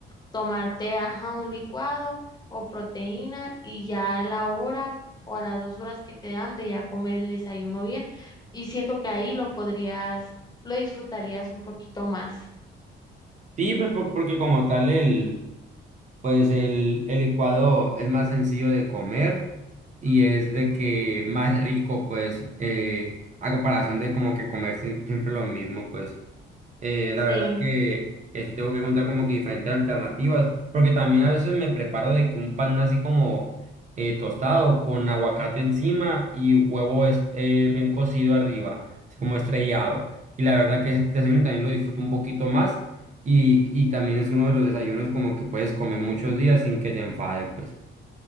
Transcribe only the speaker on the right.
Sí, pues porque porque como tal el, pues el, el licuado es más sencillo de comer y es de que más rico, pues, eh, a comparación de como que comer sie- siempre lo mismo, pues. eh,
la verdad que, que sí tengo que encontrar como que diferentes alternativas, porque también a veces me preparo de que un pan así como eh, tostado con aguacate encima y huevo es- eh, bien cocido arriba, así como estrellado. Y la verdad que ese desayuno también lo disfruto un poquito más y, y también es uno de los desayunos como que puedes comer muchos días sin que te enfade, pues.